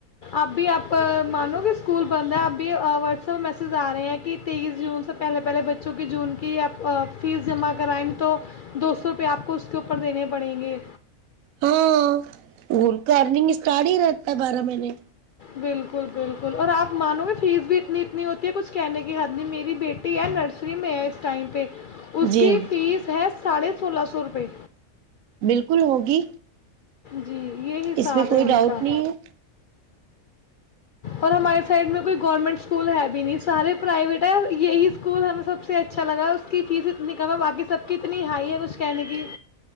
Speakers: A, on the left (about 85°); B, on the right (about 75°).
A: اب بھی آپ مان لو کہ اسکول بند ہے اب بھی واٹس ایپہ میسج آ رہے ہیں کہ تیئیس جون سے پہلے پہلے بچوں کی جون کی آپ فیس جمع کرائیں تو دو سو روپئے آپ کو اس کے اوپر دینے پڑیں گے
B: ہاں ان کا ارننگ اسٹارٹ ہی رہتا ہے بارہ مہینے
A: بالکل بالکل اور آپ مانو گے فیس بھی اتنی اتنی ہوتی ہے کچھ کہنے کی حد نہیں میری بیٹی ٹی ای نرسری میں ہے اس ٹائم پہ اس
B: جی
A: کی فیس ہے ساڑھے سولہ سو روپے
B: بالکل ہوگی
A: جی یہ حساب
B: اس میں کوئی
A: ہے ان
B: ڈاؤٹ
A: کا
B: نہیں ہے
A: اور ہمارے سائڈ میں کوئی گورنمنٹ اسکول ہے بھی نہیں سارے پرائیویٹ ہے یہی اسکول ہمیں سب سے اچھا لگا اس کی فیس اتنی کم ہے باقی سب کی اتنی ہائی ہے کچھ کہنے کی